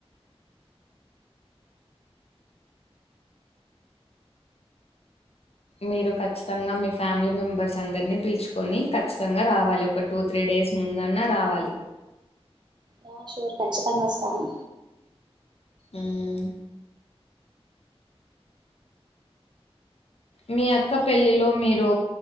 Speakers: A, on the left; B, on the right.
A: మీరు ఖచ్చితంగా మీ ఫ్యామిలీ మెంబర్స్ అందరినీ పిల్చుకొనీ ఖచ్చితంగా రావాలి ఒక టూ త్రీ డేస్ ముందన్నా రావాలి.
B: యా ష్యూర్ ఖచ్చితంగా వస్తాము.
A: ఉమ్ మీ అక్క పెళ్ళిలో మీరూ